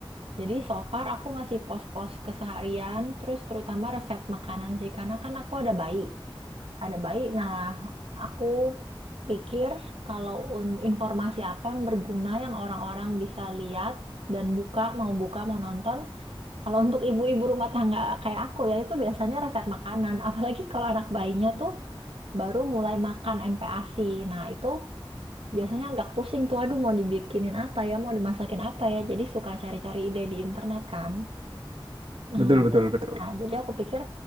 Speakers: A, on the right; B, on the right.
A: Jadi so far aku ngasih post-post keseharian, terus terutama resep makanan sih. Karena kan aku ada bayi ada bayi. Nah, aku pikir kalau un- informasi apa yang berguna yang orang-orang bisa lihat dan buka, mau buka, mau nonton, kalau untuk ibu-ibu rumah tangga kayak aku ya itu biasanya resep makanan. <laughs> Apalagi kalau anak bayinya tuh baru mulai makan MPASI. Nah, itu biasanya agak pusing tuh, aduh mau dibikinin apa ya, mau dimasakin apa ya. Jadi suka cari-cari ide di internet kan. Nah,
B: betul betul
A: ja-
B: betul
A: nah, jadi aku pikir,